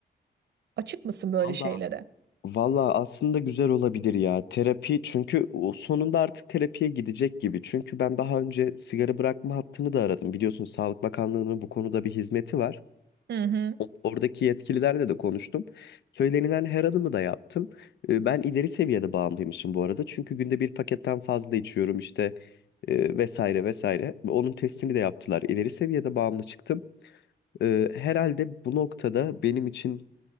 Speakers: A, on the right; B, on the left.
A: Açık mısın böyle
B: Valla
A: şeylere?
B: Valla aslında güzel olabilir ya. Terapi çünkü o sonunda artık terapiye gidecek gibi. Çünkü ben daha önce sigara bırakma hattını da aradım. Biliyorsun Sağlık Bakanlığı'nın bu konuda bir hizmeti var.
A: Hı hı.
B: O- Oradaki yetkililerle de konuştum. Söylenilen her adımı da yaptım. Ee, Ben ileri seviyede bağımlıymışım bu arada. Çünkü günde bir paketten fazla içiyorum işte e, vesaire vesaire. Ve Onun testini de yaptılar. İleri seviyede bağımlı çıktım. Ee, Herhalde bu noktada benim için